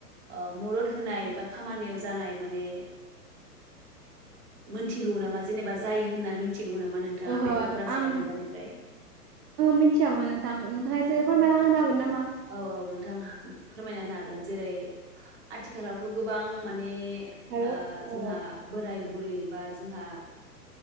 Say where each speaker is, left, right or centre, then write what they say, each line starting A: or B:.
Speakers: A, on the right; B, on the right.
A: ओह मदद होनाय बा खामानियाव जानाय माने मोनथिगौ नामा जेनेबा जायो होनना मिथिगौ नामा नोंथाङा?
B: ओहो
A: बे
B: आं
A: अप्राजिथा
B: आङो
A: बिबारनिफ्राय।
B: मिथियामोन नोंथां नोंथाङा एसे फोरमायना होनो हागोन ना?
A: औ औ नोंथां हा फोरमायना होनो हागोन जेरै आथिखालावथ गोबां माने
B: हेलौ
A: ओह जोंहा
B: औ
A: बोराय बुरै बा जोंहा